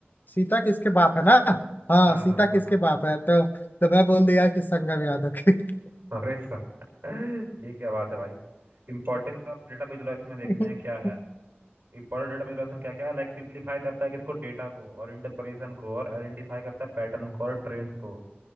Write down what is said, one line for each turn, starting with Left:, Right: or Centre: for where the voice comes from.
Left: सीता किसके बाप है ना हाँ
Right: हाँ हाँ
Left: सीता किसके
Right: हाँ
Left: बाप है तो तो मैं बोल दिया कि संगम यादव के।
Right: अरे साहब <laughs> ये क्या बात है भाई इंपॉर्टेंस ऑफ डेटा विजुलाइजेशन में देखते
Left: <laughs>
Right: हैं क्या है
Left: हम्म,
Right: इंपॉर्टेंट डेटा विजुलाइजेशन क्या क्या है लाइक सिंप्लीफाई करता है किसको डेटा को और इंटरप्रेशन को और आइडेंटिफाई करता है पैटर्न को और ट्रेंड्स को